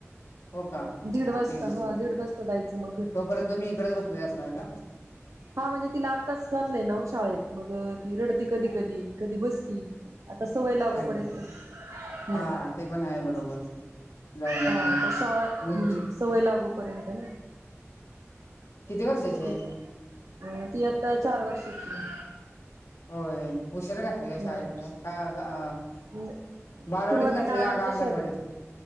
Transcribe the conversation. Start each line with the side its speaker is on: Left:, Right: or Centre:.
Left: हो का
Right: दीड वाजता
Left: देईल
Right: हा दीड वाजता जायचं मग घरी
Left: तोपर्यंत तुम्ही इकडेच बसलेले असणार का
Right: हा म्हणजे तिला आत्ताच घातलंय नावो शाळेत मग ती रडती कधी कधी कधी बसती. आता सवय लागूपर्यंत
Left: होय का
Right: हम्म
Left: हा ते पण आहे बरोबर जाऊ द्या
Right: हा
Left: मग
Right: त स
Left: मग
Right: हम्म सवय लागू पर्यंत ना
Left: किती वर्षाची आहे
Right: ती अ ती आता चार वर्षाची आहे.
Left: होय उशीरा घातले काय शाळेत
Right: आहे.
Left: तिला
Right: हम्म
Left: बालवाडीच
Right: सुरुवातीला
Left: घातली का
Right: आमच्या
Left: अंगणवाडीत
Right: शेजा